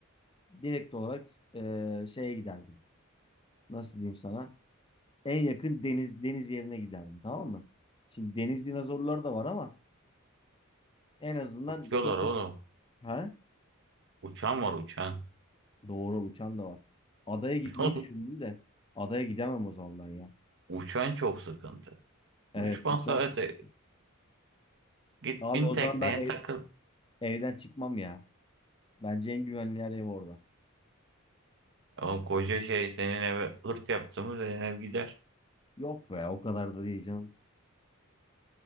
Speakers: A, on the left; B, on the right.
A: Direkt olarak eee, şeye giderdim. Nasıl diyeyim sana? En yakın deniz deniz yerine giderdim tamam mı? Şimdi deniz dinozorları da var ama en azından
B: Uçuyorlar
A: çok
B: oğlum.
A: da... Ha?
B: Uçan var uçan.
A: Doğru uçan da var. Adaya gitmeyi
B: <laughs>
A: düşündüm de adaya gidemem o zaman ben ya.
B: Uçan çok sıkıntı.
A: Evet
B: Uçma
A: uçan
B: sadece
A: sıkıntı.
B: git
A: Abi
B: bin
A: o
B: tekneye
A: zaman ben ev-
B: takıl.
A: evden çıkmam ya. Bence en güvenli yer ev orada.
B: Oğlum koca şey senin eve hırt yaptığımız ev gider.
A: Yok be o kadar da değil canım.